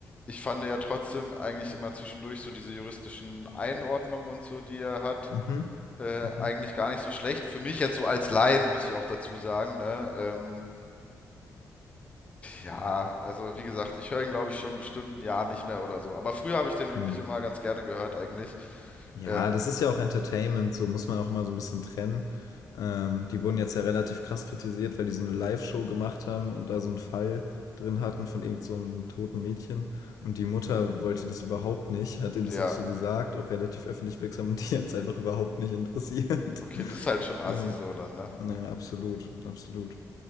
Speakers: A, on the left; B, on the left.
A: ich fand ja trotzdem eigentlich immer zwischendurch so diese juristischen Einordnungen und so, die er hat,
B: Mhm.
A: äh,
B: Mhm.
A: eigentlich gar nicht so schlecht. Für mich jetzt so als Laien, muss ich auch dazu sagen, ne? Ähm, Ja, also wie gesagt, ich höre ihn, glaube ich, schon bestimmt ein Jahr nicht mehr oder so. Aber früher habe ich den wirklich
B: Hm.
A: immer ganz gerne gehört, eigentlich.
B: Ja,
A: Ähm,
B: das ist ja auch Entertainment, so muss man auch immer so ein bisschen trennen. Ähm, die wurden jetzt ja relativ krass kritisiert, weil die so eine Live-Show gemacht haben und da so einen Fall drin hatten von irgend so 'nem toten Mädchen. Und die Mutter wollte das überhaupt nicht, hat denen das
A: ja,
B: auch so gesagt, auch relativ öffentlich wirksam und die hat's einfach überhaupt nicht interessiert.
A: okay,
B: <laughs>
A: das ist halt schon assi
B: Ähm,
A: so dann, ne?
B: ja, absolut, absolut.